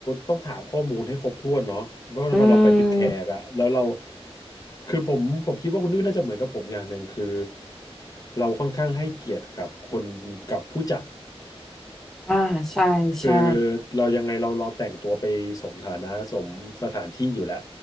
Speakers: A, on the left; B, in the centre.
A: ต้องถามข้อมูลให้ครบถ้วนเนาะเพราะว่าเราไปเป็นแขกอะแล้วเรา
B: อืม
A: คือผมผมคิดว่าคุณนุ้ยน่าจะเหมือนกับผมอย่างหนึ่งคือเราค่อนข้างให้เกียรติกับคนกับผู้จัด
B: อ่าใช่ใช่
A: คือเรายังไงเราเราแต่งตัวไปสมฐานะสมสถานที่อยู่แล้ว